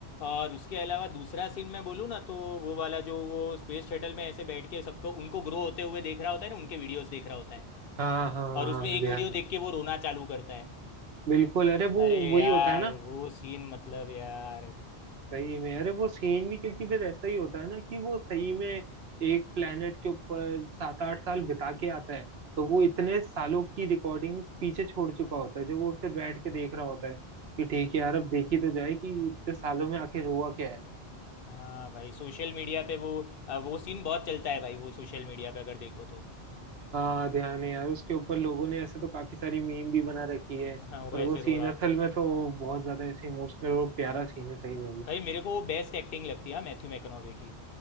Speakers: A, on the left (about 65°); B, on the right (about 70°).
A: और उसके अलावा दूसरा सीन मैं बोलूँ ना तो वो वाला जो वो स्पेस शटल में ऐसे बैठ के सबको उनको ग्रो होते हुए देख रहा होता है ना उनके वीडियोस देख रहा होता है
B: हाँ हाँ
A: और उसमें
B: हाँ
A: एक
B: ध्यान
A: वीडियो
B: है
A: देख के वो रोना चालू करता है
B: बिल्कुल अरे वो
A: अरे
B: वही
A: यार
B: होता है ना
A: वो सीन मतलब यार
B: सही में अरे वो सीन भी क्योंकि फिर ऐसा ही होता है ना कि वो सही में एक प्लेनेट के ऊपर सात आठ साल बिता के आता है तो वो इतने सालों की रिकॉर्डिंग्स पीछे छोड़ चुका होता है जो वो फिर बैठ के देख रहा होता है कि ठीक
A: हम्म,
B: है यार अब देखी तो जाए कि इतने सालों में आखिर हुआ क्या है
A: हाँ भाई सोशल मीडिया पे वो अ, वो सीन बहुत चलता है भाई वो सोशल मीडिया पे अगर देखो तो
B: हाँ ध्यान है यार उसके ऊपर लोगों ने ऐसे तो काफी सारी मीम भी बना रखी है
A: <laughs> हाँ वो
B: पर
A: ऐसे
B: वो सीन
A: रो रहा होता
B: असल
A: है
B: में तो बहुत ज्यादा ऐसे इमोशनल और प्यारा सीन है सही में
A: भाई मेरे को वो बेस्ट एक्टिंग लगती है मैथ्यू मैकनोवे की